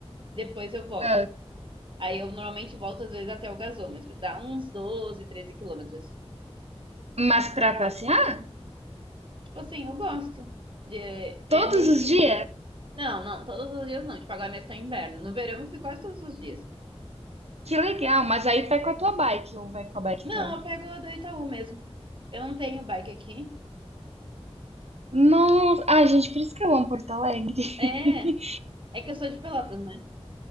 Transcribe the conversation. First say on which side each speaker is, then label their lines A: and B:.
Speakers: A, on the right; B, on the right.
A: depois eu volto.
B: Ah,
A: Aí eu normalmente volto às vezes até o gasômetro, dá uns 12, 13 quilômetros.
B: Mas pra passear?
A: Tipo assim, eu gosto. É,
B: Todos
A: é meio
B: os
A: que.
B: dias?
A: Não, não, todos os dias não. Tipo, agora mesmo tá inverno. No verão eu fico quase todos os dias.
B: Que legal, mas aí vai com a tua bike ou vai com a bike
A: Não,
B: então?
A: eu pego a do Itaú mesmo. Eu não tenho bike aqui.
B: Nossa, ai gente, por isso que eu amo Porto Alegre. <laughs>
A: É, é que eu sou de Pelotas, né?